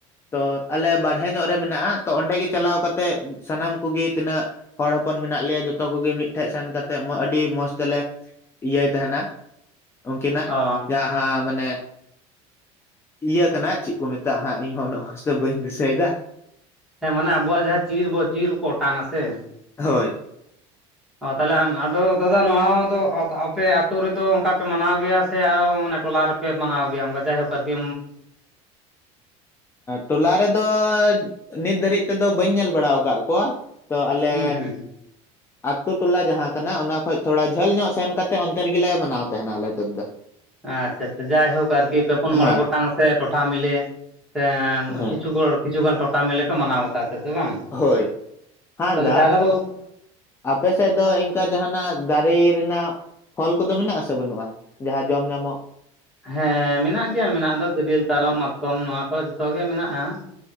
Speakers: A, on the left (about 15°); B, in the centre.
A: ᱛᱚ ᱟᱞᱮ ᱵᱟᱨᱦᱮ ᱧᱚᱜ ᱨᱮ ᱢᱮᱱᱟᱜᱼᱟ ᱛᱚ ᱚᱸᱰᱮ ᱜᱮ ᱪᱟᱞᱟᱣ ᱠᱟᱛᱮᱜ ᱥᱟᱱᱟᱢ ᱠᱩᱜᱤ ᱛᱤᱱᱟᱹᱜ ᱦᱚᱲ ᱦᱚᱯᱚᱱ ᱢᱮᱱᱟᱜ ᱞᱮᱭᱟ ᱡᱚᱛᱚ ᱠᱚᱜᱮ ᱢᱤᱫᱴᱷᱮᱱ ᱥᱮᱱ ᱠᱟᱛᱮᱫ ᱟᱹᱰᱤ ᱢᱚᱸᱡᱽ ᱛᱮᱞᱮ ᱤᱭᱟᱹᱭ ᱛᱟᱦᱮᱱᱟ ᱩᱱᱠᱤᱱᱟᱜ
B: ᱚ
A: ᱡᱟᱦᱟᱸ ᱢᱟᱱᱮ ᱤᱭᱟᱹ ᱠᱟᱱᱟ ᱪᱤ ᱠᱩ ᱢᱮᱛᱟᱜᱼᱟ ᱦᱟᱸᱜ ᱤᱧᱦᱚᱸ ᱩᱱᱟᱹᱜ ᱢᱚᱡᱽ ᱛᱮ ᱵᱟᱹᱧ ᱫᱤᱥᱟᱹᱭ ᱫᱟ᱾
B: ᱦᱮᱸ ᱢᱟᱱᱮ ᱟᱵᱚᱣᱟᱜ ᱡᱟᱦᱟᱸ ᱪᱤᱨ ᱵᱚ ᱪᱤᱨᱠᱚ ᱚᱴᱟᱝ ᱟᱜ ᱥᱮ
A: ᱦᱳᱭ
B: ᱛᱟᱦᱚᱞᱮ ᱟᱢ ᱟᱫᱚ ᱫᱟᱫᱟ ᱱᱚᱣᱟ ᱫᱚ ᱟᱯᱮ ᱟᱛᱳ ᱨᱮᱫᱚ ᱚᱱᱠᱟ ᱯᱮ ᱢᱟᱱᱟᱣ ᱜᱮᱭᱟ ᱥᱮ ᱟᱨᱚ ᱚᱱᱮ ᱴᱚᱞᱟ ᱨᱮᱯᱮ ᱯᱮ ᱢᱟᱱᱟᱣ ᱜᱮᱭᱟ ᱚᱱᱠᱟ ᱡᱟᱭᱦᱳᱠ ᱟᱨᱠᱤ
A: ᱴᱚᱞᱟ ᱨᱮᱫᱚ ᱱᱤᱛ ᱫᱷᱟᱹᱨᱤᱡ ᱛᱮᱫᱚ ᱵᱟᱹᱧ ᱧᱮᱞ ᱵᱟᱲᱟ ᱠᱟᱜ ᱠᱚᱣᱟ᱾ ᱛᱚ ᱟᱞᱮ
B: ᱦᱩᱸ
A: ᱟᱛᱳ ᱴᱚᱞᱟ ᱡᱟᱦᱟᱸ ᱠᱟᱱᱟ ᱚᱱᱟ ᱠᱷᱚᱡ ᱛᱷᱚᱲᱟ ᱡᱷᱟᱹᱞ ᱧᱚᱜ ᱥᱮᱱ ᱠᱟᱛᱮ ᱚᱱᱛᱮ ᱨᱮᱜᱮᱞᱮ ᱢᱟᱱᱟᱣ ᱛᱟᱦᱮᱱᱟ ᱟᱞᱮ ᱛᱮ ᱫᱚ
B: ᱟᱪᱪᱷᱟ ᱟᱪᱪᱷᱟ ᱡᱟᱭᱦᱳᱠ ᱟᱨᱠᱤ ᱯᱮ ᱯᱩᱱ
A: ᱦᱮᱸ
B: ᱢᱚᱬᱮ ᱜᱚᱴᱟᱝ ᱟᱛᱮ ᱴᱚᱴᱷᱟ ᱢᱤᱞᱮ ᱥᱮᱢ
A: ᱦᱮᱸ
B: ᱠᱤᱪᱷᱩ ᱠᱤᱪᱷᱩ ᱜᱟᱱ ᱴᱚᱴᱟ ᱢᱤᱞᱮ ᱯᱮ ᱢᱟᱱᱟᱣᱟ ᱛᱮᱫ ᱫᱚ ᱵᱟᱝ
A: ᱦᱳᱭ ᱦᱮᱸ
B: ᱛᱟᱦᱚᱞᱮ
A: ᱫᱟ
B: ᱡᱟᱣᱨᱟ ᱫᱚ
A: ᱟᱯᱮ ᱥᱮᱫ ᱫᱚ ᱤᱱᱠᱟ ᱡᱟᱦᱟᱱᱟᱜ ᱫᱟᱨᱮ ᱨᱮᱱᱟᱜ ᱯᱷᱚᱞ ᱠᱚᱫᱚ ᱢᱮᱱᱟᱜ ᱟᱥ ᱵᱟᱹᱱᱩᱜᱼᱟ ᱡᱟᱦᱟᱸ ᱡᱚᱢ ᱧᱟᱢᱚᱜ?
B: ᱦᱮᱸ ᱢᱮᱱᱟᱜ ᱜᱮᱭᱟ ᱢᱮᱱᱟᱜ ᱫᱚ ᱛᱤᱨᱤᱞ, ᱛᱟᱨᱚᱵ, ᱢᱟᱛᱠᱚᱢ, ᱱᱚᱣᱟ ᱠᱚ ᱡᱚᱛᱚ ᱜᱮ ᱢᱮᱱᱟᱜᱼᱟ ᱾